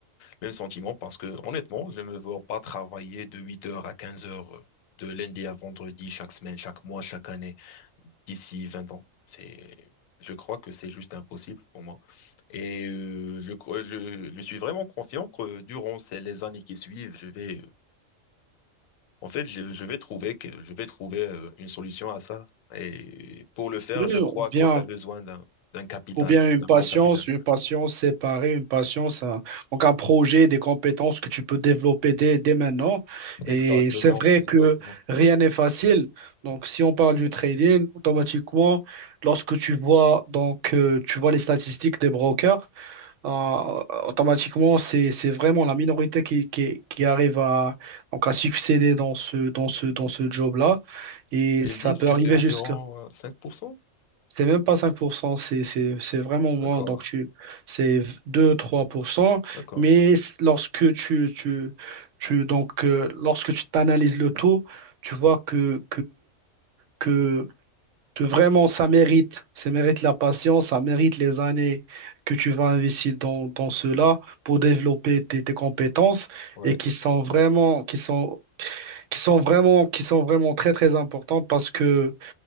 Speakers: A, on the left; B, on the right.
A: même sentiment parce que honnêtement, je ne me vois pas travailler de 8 heures à 15 heures euh, de lundi à vendredi chaque semaine, chaque mois, chaque année d'ici 20 ans. C'est, je crois que c'est juste impossible pour moi. Et euh, je, crois- je, je suis vraiment confiant que durant ces, les années qui suivent, je vais, euh, en fait, je, je vais trouver que, je vais trouver euh, une solution à ça. Et pour le faire,
B: Oui,
A: je crois
B: ou bien,
A: qu'on a besoin d'un, d'un capital,
B: ou bien une
A: d'un
B: patience,
A: bon capital.
B: une patience séparée, une patience, un- donc un projet, des compétences que tu peux développer dès, dès maintenant. Et
A: Exactement,
B: c'est vrai
A: exactement.
B: que rien n'est facile. Donc, si on parle du trading, automatiquement, lorsque tu vois, donc, euh, tu vois les statistiques des brokers, en- automatiquement, c'est, c'est vraiment la minorité qui, qui, qui arrive à, donc à succéder dans ce, dans ce, dans ce job-là. Et
A: Ils
B: ça
A: disent
B: peut
A: que
B: arriver
A: c'est environ
B: jusqu'à.
A: euh, 5%.
B: C'est même pas 5%, c'est, c'est, c'est vraiment moins.
A: D'accord,
B: Donc, tu, c'est deux, trois pour cent,
A: d'accord,
B: Mais s- lorsque tu, tu, tu, donc, euh, lorsque tu t'analyses le taux, tu vois que, que, que vraiment ça mérite, ça mérite la patience, ça mérite les années que tu vas investir dans, dans cela pour développer tes, tes compétences
A: ouais.
B: et qui sont vraiment, qui sont, qui sont vraiment, qui sont vraiment très très importantes parce que